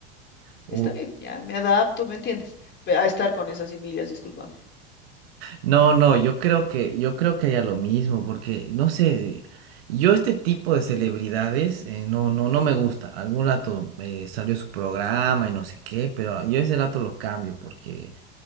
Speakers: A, on the right; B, on the left.
A: Uy,
B: está bien, ya me adapto, ¿me entiendes? Pe- A estar con esas semillas, discúlpame.
A: No, no, yo creo que, yo creo que haría lo mismo, porque no sé, yo este tipo de celebridades eh, no, no, no me gusta. Algún rato eh, salió su programa y no sé qué, pero yo ese rato lo cambio, porque